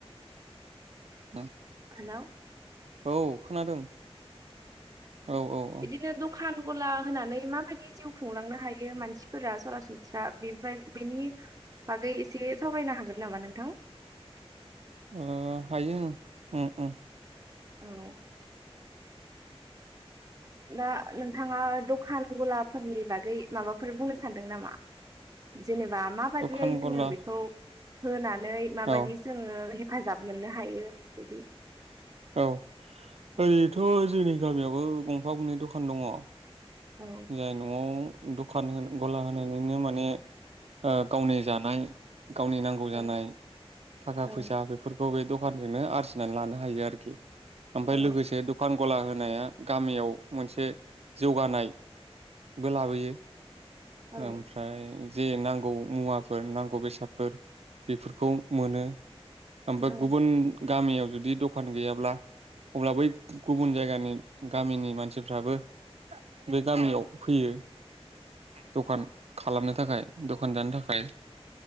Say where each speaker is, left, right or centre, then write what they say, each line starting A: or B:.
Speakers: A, on the right; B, on the right.
A: <unintelligible>
B: हेल' ।
A: औ खोनादों औ औ औ
B: बिदिनो
A: ।
B: दखान गला होनानै माबायदि जिउ खुंलांनो हायो मानसिफोरा सरासनस्रा बे बेनि बागै एसे सावरायनो हागोन नामा नोंथां?
A: ओ हायो उम उम ।
B: औ । दा नोंथाङा दखान गलाफोरनि बागै माबाफोर बुंनो सानदों नामा? जेनेबा माबायदियै
A: दखान
B: जोङो
A: गला
B: बेखौ होनानै माबायदि
A: औ
B: जोङो हे हेफाजाब मोननो हायो बिदि ।
A: औ ओरैथ' जोंनि गामियाव बो गंफा गंनै दखान दङ' ।
B: औ
A: जाय न'आव द'खान होन ग'ला होनायनिनो माने ओ गावनि जानाय गावनि नांगौ
B: औ
A: जानाय थाखा
B: औ
A: फैसा बेफोरखौ बे दख कानजोंनो आरजिनानै लानो हायो आरोखि । ओमफ्राय
B: औ
A: लोगोसे दखान ग'ला होनाया गामियाव मोनसे जौगानाय बो लाबोयो ।
B: औ
A: ओमफ्राय जे नांगौ मुवाफोर नांगौ बेसादफोर बेफोरखौ मोनो। ओमफ्राय
B: औ
A: गुबुन गामियाव जुदि दखान गैयाब्ला अब्ला बै गुबुन जायगानि गामिनि मानसिफ्राबो बे गामियाव फैयो। दखान खालामनो थाखाय दखान दानो थाखाय